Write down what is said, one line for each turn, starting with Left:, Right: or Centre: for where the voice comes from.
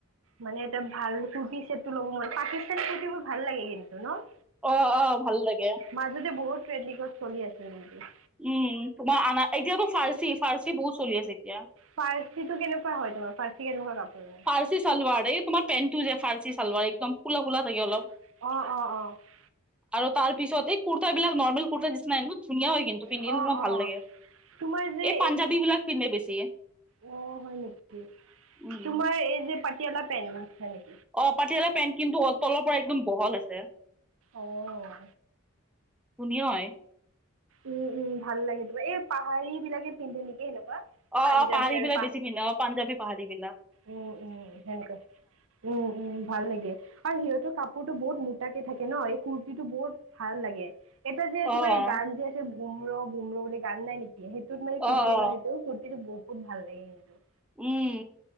Right: মানে এটা ভাল কুৰ্তি চেটো ল'ব মন, পাকিস্তানী কুৰ্তিবোৰ ভাল লাগে কিন্তু ন',
Centre: অ', অ', ভাল লাগে',
Right: মাজতে বহুত ট্ৰেণ্ডিকত চলি আছিল কিন্তু',
Centre: উম', তোমাৰ আনা এতিয়াতো ফাৰ্চি ফাৰ্চি বহুত চলি আছে এতিয়া',
Right: ফাৰ্চিটো কেনেকুৱা হয় তোমাৰ, ফাৰ্চি কেনেকুৱা কাপোৰ হয়?
Centre: ফাৰ্চি ছালৱাৰ, এই তোমাৰ পেন্টটো যে ফাৰ্চি ছালৱাৰ একদম ফুলা ফুলা', থাকে
Right: অ',
Centre: অলপ।
Right: - অ', - অ',
Centre: আৰু তাৰ পিছত এই কুৰ্তা বিলাক নৰ্মেল কুৰ্তাৰ নিচিনায়ে হুম', ধুনীয়া হয় কিন্তু পিন্ধিলোঁ
Right: অ', অ',
Centre: মই
Right: অ',
Centre: ভাল লাগে',
Right: তোমাৰ যে
Centre: এই পাঞ্জাবী বিলাক পিন্ধে বেছি',
Right: অ', হয় নেকি,
Centre: উম।
Right: তোমাৰ এই যে পাটিয়ালা পেন্ট, হয় নেকি',
Centre: অ', পাটিয়ালা পেণ্ট কিন্তু অ', তলৰ পৰা একদম বহল আছে',
Right: অ'।
Centre: শুনিয়ো ঔ',
Right: উম', উম', ভাল লাগে তোমাৰ, এই পাহাৰী বিলাকে পিন্ধে নেকি সেনেকুৱা?
Centre: অ',
Right: পাঞ্জাবী
Centre: অ', পাহাৰী
Right: আৰু
Centre: বিলাক বেছি পিন্ধে অ', পঞ্জাৱী পাহাৰীবিলাক',
Right: উম', উম', সেনেকৈ, উম', উম', ভাল লাগে। আৰু সিহঁতৰ কাপোৰতো বহুত মোটাকে থাকে ন এই কুৰ্তিটো বহুত, ভাল লাগে। এটা যে তোমাৰ
Centre: অ'।
Right: গান যে আছে বুম্ৰ বুম্ৰ বুলি গান নাই নেকি? সেইটোত মানে
Centre: অ অ
Right: পিন্ধে ন সেইটো, কুৰ্তিটো বহুত ভাল লাগে কিন্তু।
Centre: উম।